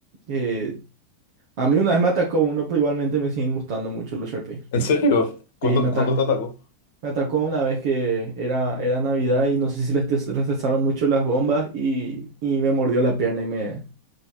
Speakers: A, on the right; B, on the left.
A: Eh, a mí una vez me atacó uno, pero igualmente me siguen gustando mucho los Sharpeis.
B: ¿En serio? ¿Cuándo,
A: Sí, me atacó
B: cuándo te atacó?
A: me atacó una vez que era, era Navidad y no sé si les, tes- les testaron mucho las bombas y, y me mordió la pierna y me,